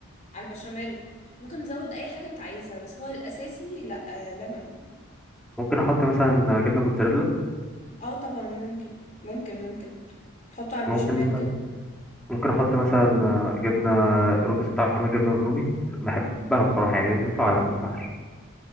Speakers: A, on the left; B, in the centre.
A: على البشاميل ممكن تزود اي حاجة انت عايزها بس هو الاساسي لا آه لبن
B: ممكن احط مثلا جبنه موتزاريلا
A: اه طبعا ممكن ممكن ممكن تحطه على البشاميل
B: ممكن مثلا
A: كده
B: ممكن احط مثلا جبنه رودس بطعم الجبنه الرومي بحبها بصراحه يعني بتنفع ولا ما تنفعش